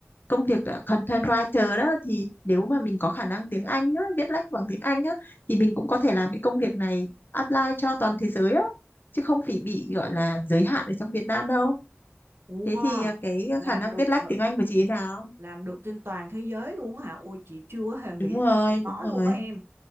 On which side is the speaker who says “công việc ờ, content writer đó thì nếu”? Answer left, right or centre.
Left